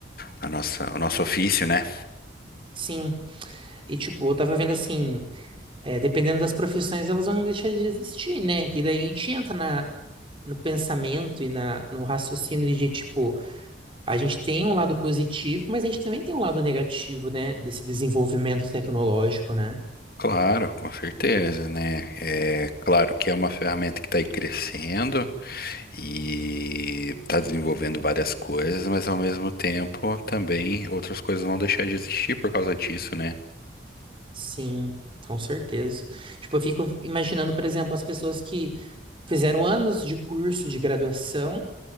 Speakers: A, on the left (about 55°); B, on the right (about 30°).
A: a nossa, o nosso ofício, né?
B: Sim. E, tipo, eu tava vendo assim, é, dependendo das profissões, elas vão deixar de existir, né? E daí a gente entra na, no pensamento e na, no raciocínio de, tipo, a gente tem um lado positivo, mas a gente também tem um lado negativo, né? Desse desenvolvimento tecnológico, né?
A: Claro, com certeza, né? É claro que é uma ferramenta que está aí crescendo e está desenvolvendo várias coisas, mas ao mesmo tempo também outras coisas vão deixar de existir por causa disso, né?
B: Sim, com certeza. Tipo, eu fico imaginando, por exemplo, as pessoas que fizeram anos de curso de graduação